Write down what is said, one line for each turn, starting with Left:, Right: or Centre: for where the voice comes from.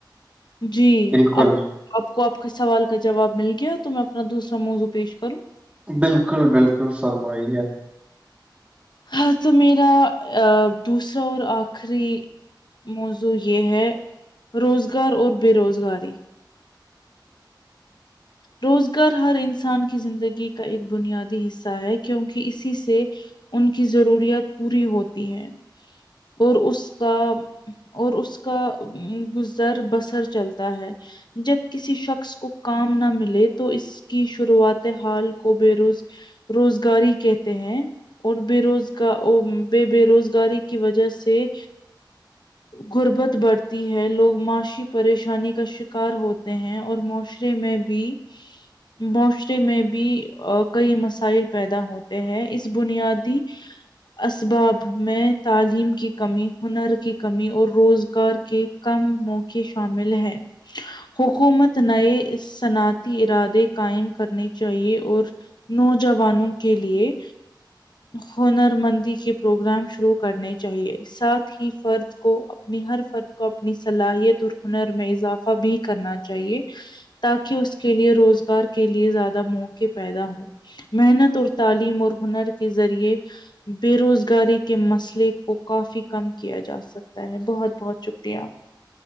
Left: جی
Right: بالکل
Left: اب آپ کو آپ کا سوال کا جواب مل گیا تو میں اپنا دوسرا موضوع پیش کروں
Right: بالکل بالکل فرمائیے
Left: ہاں تو میرا دوسرا اور آخری موضوع جو یہ ہے روزگار اور بے روزگاری روزگار ہر انسان کی زندگی کا ایک بنیادی حصہ ہے کیونکہ اسی سے ان کی ضروریات پوری ہوتی ہے اور اس کا اور اس کا گزر بسر چلتا ہے جب کسی شخص کو کام نہ مل لے تو اس کی شروعات حال کو بے روز۔ روزگاری کہتے ہیں اور بے روزگار ا بے۔ بے روزگاری کی وجہ سے غربت بڑھتی ہے لوگ معاشی پریشانی کا شکار ہوتے ہیں اور معاشرے میں بھی <inaudible> معاشرے میں بھی کئی مسائل پیدا ہوتے ہیں اس بنیادی اسباب میں تعلیم کی کمی ہنر کی کمی اور روزگار کے کم موقعے شامل ہے حکومت نئے صنعت تی ارادے قائم کرنے چاہیے اور نوجوانوں کے لیے ہنر مندی کے پروگرام شروع کرنے چاہیے ساتھ ہی فرد کو اپنی ہر فرد کو اپنی صلاحیت اور ہنر میں اضافہ بھی کرنا چاہیے تاکہ اس کے لیے روزگار کے لیے زیادہ موقع پیدا ہوں محنت اور تعلیم اور ہنر کے ذریعے بے روزگاری کے مسئلے کو کافی کم کیا جا سکتا ہے بہت بہت شکریہ